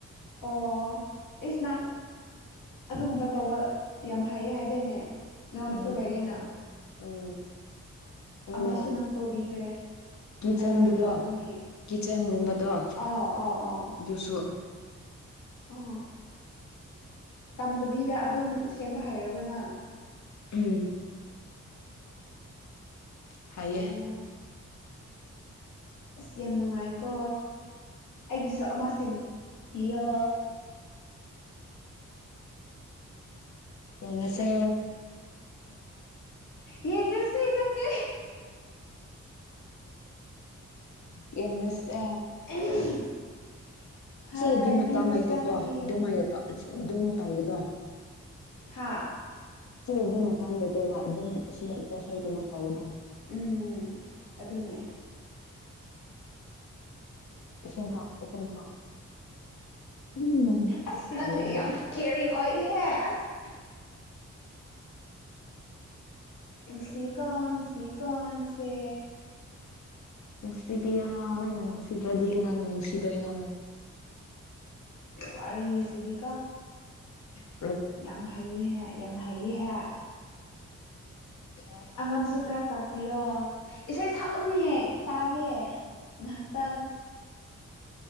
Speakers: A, on the left (about 80°); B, on the left (about 60°).
A: ꯑꯣ ꯏꯁ ꯅꯪ ꯑꯗꯨꯒꯨꯝꯕ ꯇꯧꯕ ꯌꯥꯝ ꯍꯩꯌꯦ ꯍꯥꯏꯗꯥꯏꯅꯦ ꯅꯉꯣꯟꯗꯁꯨ
B: ꯎꯝ
A: ꯂꯩꯌꯦꯅ
B: ꯐꯦ <unintelligible> ꯎꯝ ꯑꯗꯨꯅꯦ
A: ꯑꯃꯁꯨ ꯅꯪ ꯇꯧꯕꯤꯈ꯭ꯔꯦ
B: ꯀꯤꯠꯆꯟꯒꯤꯗꯣ
A: ꯍꯥꯏꯕ ꯅꯠꯇ꯭ꯔꯣ ꯅꯪꯒꯤ
B: ꯀꯤꯠꯆꯟꯒꯨꯝꯕꯗꯣ
A: ꯑꯥꯎ ꯑꯥꯎ ꯑꯥꯎ
B: ꯑꯗꯨꯁꯨ
A: ꯑꯣ ꯇꯝꯊꯕꯤꯗ ꯑꯗꯨꯝ ꯁꯦꯝꯕ ꯍꯥꯏꯔꯕꯅꯪ
B: ꯎꯝ ꯍꯥꯏꯌꯦ
A: ꯑꯣ ꯑꯁ ꯌꯥꯝ ꯅꯨꯡꯉꯥꯏꯀꯣ ꯑꯩꯒꯤꯁꯨ ꯑꯃ ꯁꯦꯝꯕꯤꯌꯣ
B: ꯌꯦꯅꯁ
A: ꯌꯦꯁꯨꯅꯠꯇꯦ
B: ꯌꯦꯉꯁꯦ
A: <unintelligible>
B: ꯁꯤꯗꯤ ꯃꯇꯥꯡ
A: ꯃꯤ ꯃꯆꯥꯗꯤ
B: ꯂꯩꯇꯦꯀꯣ ꯑꯗꯨꯝ ꯍꯥꯏꯌꯦꯀ ꯑꯗꯨꯝ ꯇꯧꯔꯦꯗꯣ
A: ꯍꯥꯥ
B: ꯁꯤꯕꯒꯤ ꯃꯥꯡ ꯂꯩꯇꯦ ꯂ ꯑꯗꯨꯝ ꯑꯁꯤꯃ ꯏ ꯁꯣꯏꯗꯨꯅ ꯇꯧꯕꯗ
A: ꯎꯝ ꯑꯗꯨꯅꯦ
B: ꯏꯁꯤꯡꯟ ꯊꯥ ꯏꯁꯤꯡꯟ ꯊꯥ ꯎ
A: ꯑꯁ ꯅꯪ
B: ꯇꯅꯤꯡꯗꯦ
A: ꯌꯥꯝ ꯀꯦꯌꯔꯤꯡ ꯑꯣꯏꯍꯦ ꯑꯁ ꯁꯀꯥꯟ ꯁꯀꯥꯟꯁꯦ
B: ꯅꯨꯡꯁꯤꯕꯤꯌꯥ ꯅꯣꯏꯅ ꯅꯨꯡꯁꯤꯗ꯭ꯔꯗꯤ ꯀꯅꯥꯅꯣ ꯅꯨꯡꯁꯤꯗꯣꯏꯅꯣ
A: ꯋꯥꯔꯤꯁꯤꯗꯤ ꯀꯣ
B: ꯎ
A: ꯌꯥꯝ ꯍꯩꯍ ꯌꯥꯝ ꯍꯩ ꯍꯥꯏꯦ
B: ꯈꯔ ꯇꯧꯔꯛꯀꯅꯤ
A: ꯑꯉꯥꯡꯁꯨ ꯈꯔ ꯇꯥꯛꯄꯤꯌꯣ ꯏꯁꯩ ꯁꯛꯎꯅꯦ ꯇꯥꯒꯦ ꯍꯠꯇ